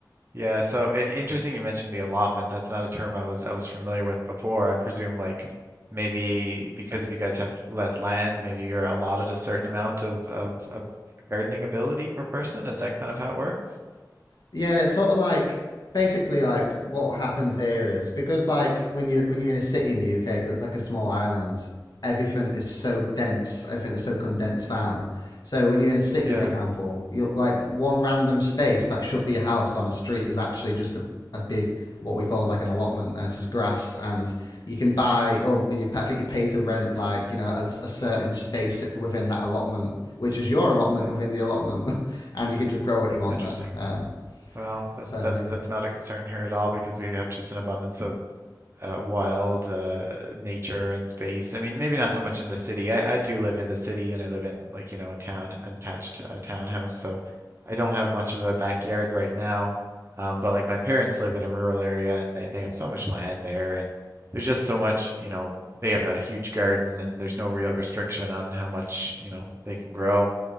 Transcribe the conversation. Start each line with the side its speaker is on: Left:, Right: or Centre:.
Right: Yeah, so i interesting you mentioned the allotment. That's not a term I was I was familiar with before. I presume like maybe because you guys have less land, maybe you're allotted a certain amount of of, of gardening ability per person. Is that kind of how it works?
Left: Yeah, it's sort of like basically like what happens here is because like when you when you're in a city in the UK because it's like a small island, everything is so
Right: Hmm.
Left: dense, everything is so condensed down. So when you're in a city,
Right: Yeah.
Left: for example, you'll like one random space that should be a house on a street is actually just a a big what we call like an allotment and it's just grass and you can buy or you i think you pay to rent like you know a, a certain space within that allotment which is your allotment
Right: Hmm.
Left: within the allotment <laughs> and you can just grow what you
Right: That's
Left: want
Right: interesting.
Left: there um
Right: Well, that's
Left: so
Right: that's
Left: yeah.
Right: that's not a concern here at all because we have just an abundance of uh, wild uh, nature and space. I mean, maybe not so much in the city. I, I do live in the city and I live in like, you know, a town, an attached uh, townhouse. So I don't have much of a backyard right now. Um, but like my parents live in a rural area and they, they have so much land there and there's just so much, you know, they have a huge garden and there's no real restriction on how much, you know, they can grow.